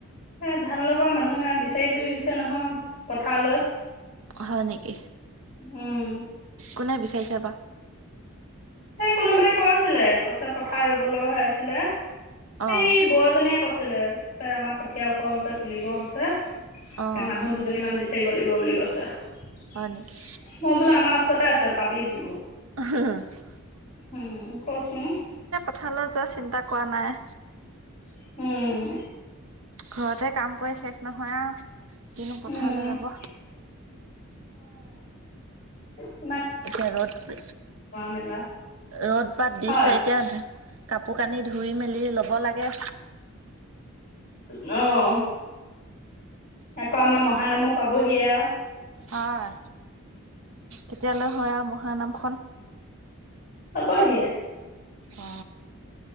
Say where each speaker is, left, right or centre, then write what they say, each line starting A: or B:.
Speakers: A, on the left; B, on the right.
A: এ ধান লগোৱা মানুহে বিচাৰি ফুৰিছে নহয় পথাৰলৈ
B: হয় নেকি?
A: উম'
B: কোনে বিচাৰিছে বা?
A: এই কোনোবাই কৈ আছিলে কছে পথাৰ ৰুবলৈ হৈ আছিলে এই
B: অ',
A: বৰজনীয়ে কছে। কৈছিলে, কৈছে আমাৰ কঠীয়া ওখ হৈছে তুলিব হৈছে। তাকে
B: অ',
A: মানুহ দুজনী মান বিচাৰি থাৰিব লাগিব বুলি কৈছে মই
B: হয় নেকি
A: বোলো আমাৰ ওচৰতে আছে পাবি বোলো
B: <unintelligible>
A: উম প্ৰশ্ন
B: কঠালৈ যোৱা চিন্তা কৰা নাই।
A: উম
B: ঘৰতে কাম কৰি শেষ নহয় আৰু। কিনো পথালে
A: উম
B: যাব
A: উ
B: এতিয়া ৰ'দ
A: মেলা
B: ৰ'দ পাত দিছে
A: হয়
B: এতিয়া কাপো শু কানি ধুই মেলি ল'ব লাগে
A: নহ আকৌ আমাৰ মহানামো পাবহিয়া।
B: হয় কেতিয়ালৈ হয় আৰু মহানামখন
A: হবহিয়
B: অ